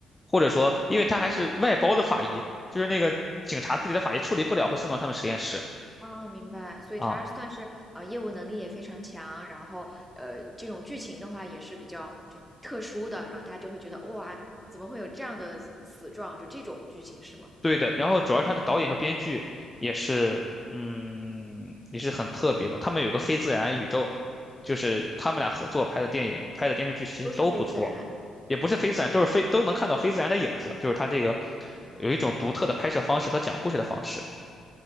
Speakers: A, on the left; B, in the centre.
A: 或者说，因为他还是外包的法医，就是那个警察自己的法医处理不了，会送到他们实验室。
B: 啊，明白，所以它算是啊、
A: 啊，
B: 呃业务能力也非常强，然后呃，这种剧情的话也是比较就是特殊的，然后大家就会觉得哇，怎么会有这样的死状？就这种剧情是吗？
A: 对的，然后主要是他的导演和编剧也是，嗯，也是很特别吧。他们有个非自然宇宙，就是他们俩合作拍的电影、拍的电视剧，其实都不错，
B: 都是非自然
A: 也不是非自然，都是非都能看到非自然的影子，就是他这个
B: 啊，
A: 有一种独特的拍摄方式和讲故事的方式。